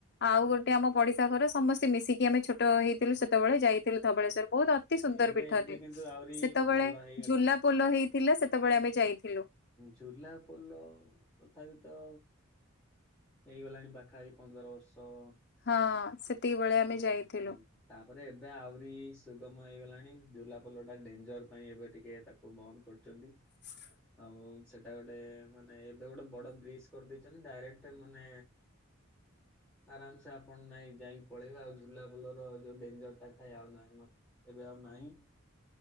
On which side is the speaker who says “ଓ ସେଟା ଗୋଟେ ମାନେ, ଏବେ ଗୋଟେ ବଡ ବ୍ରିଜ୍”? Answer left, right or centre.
Centre